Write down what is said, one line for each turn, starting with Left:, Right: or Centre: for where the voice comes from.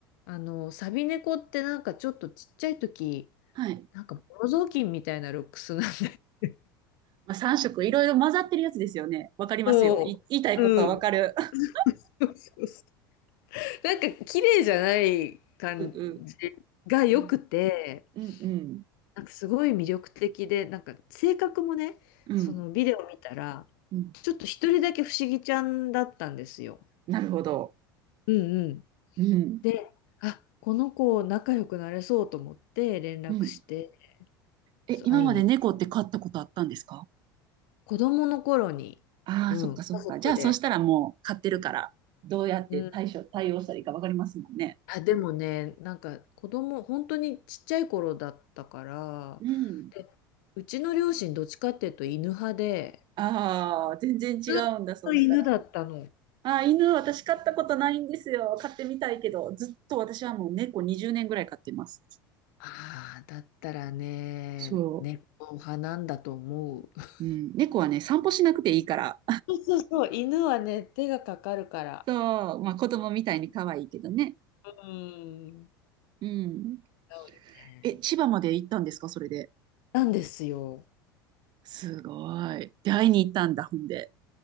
Left: あの、サビ猫ってなんかちょっとちっちゃい時、
Right: はい。
Left: なんかボロ雑巾みたいなルックスなんだけ
Right: まあ、3色いろいろ混ざってるやつですよね。わかりますよ。
Left: ど、
Right: い言いたいことはわかる。
Left: そううん。
Right: <laughs>
Left: そうそうなんか綺麗じゃない感じ
Right: うんうん
Left: が良くて、
Right: うん。うんうん。
Left: なんかすごい魅力的で、なんか性格もね、
Right: うん。
Left: そのビデオ見たら、
Right: うん。
Left: ちょっと一人だけ不思議ちゃんだったんですよ。
Right: なるほど。
Left: うんうん。
Right: うん。
Left: で、あ、この子仲良くなれそうと思って連絡して、
Right: うん。え、
Left: そう、
Right: 今まで猫って飼ったことあったんですか
Left: 会いに。子供の頃に、
Right: ああー、
Left: うん、
Right: そっかそっか。
Left: 家族で、
Right: じゃあ、そしたらもう飼ってるから、どうやって対処、
Left: うん。
Right: 対応したらいいかわかりますもんね。
Left: あ、でもね、なんか子供、本当にちっちゃい頃だったから、
Right: うん。
Left: で、うちの両親どっちかっていうと犬派で、
Right: ああ、全然違うんだ、
Left: ずっと犬だったの。
Right: そうしたら。ああ、犬、私飼ったことないんですよ。飼ってみたいけど、ずっと私はもう猫20年ぐらい飼ってます。
Left: ああ、だったらね、
Right: そう。
Left: 猫派なんだと思う。<laughs>
Right: うん、猫はね、散歩しなくていいから。
Left: そうそうそう、犬はね、手がかかるから。
Right: <laughs> そう、まあ子供みたいに可愛いけどね。
Left: うん。違う
Right: うん。
Left: よね。
Right: え、千葉まで行ったんですか、それで。
Left: なんですよ。
Right: すごい。で、会いに行ったんだ、ほんで。